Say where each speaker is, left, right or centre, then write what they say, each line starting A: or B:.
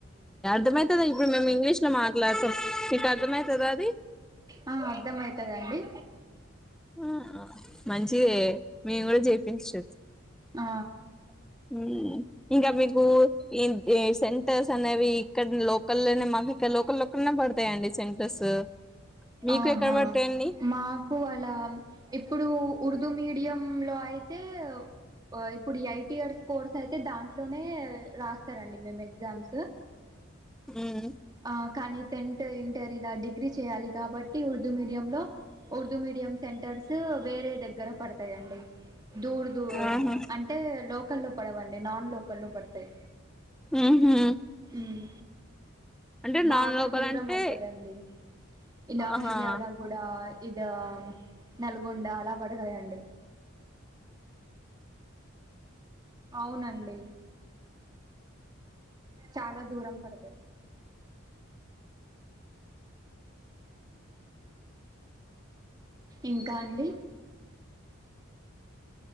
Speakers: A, in the centre; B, on the right.
A: ఎం అయితదో ఇగో మేం ఇంగ్లీష్ కే మాట్లాడతాం మిక్ అర్థం అయితదా ఆది?
B: ఆ అర్థమయితదండి
A: ఆ మంచిదే మేం కూడా చేపించచ్చు
B: ఆ
A: అ ఉమ్ ఇంకా మీకు ఇవే సెంటర్స్ అనేవి ఇక్కడ లోకల్నే మాకు ఇకా లోకల్ లోలనే పడతాయండి సెంటర్స్, మీకు
B: ఆహా
A: ఎక్కడ పడతాయండి?
B: మాకు అలా ఇప్పుడు ఉర్దూ మీడియం లో అయితే, ఆ ఇప్పుడ్ ఎయిట్ ఇయర్స్ కోర్స్ అయితే దాంట్లోనే రాస్తారండి మేము ఎగ్జామ్స్.
A: ఉమ్
B: ఆ కానీ టెన్త్ ఇంటర్ ఇలా డిగ్రీ చేయాలి కాబట్టి ఉర్ దు మీడియం లో ఉర్దూ మీడియం సెంటర్స్ వేరే దగ్గర పడతాయండి. దూర్ దూ
A: ఆహా
B: అంటే లోకల్లో పదవన్ లేనన్ లోకల్లో పడతాయ్
A: ఉహు
B: ఉమ్
A: అంటే
B: బాగా
A: నాన్ లోకల్
B: దూరం
A: అంటే
B: అయితది అండి. ఇలా
A: ఆహా
B: మిరియాల గూడ ఇద నల్ గుండా అలా పడతాయండి. అవునండి చాలా దూరం పడుతది. ఇంకా అండి?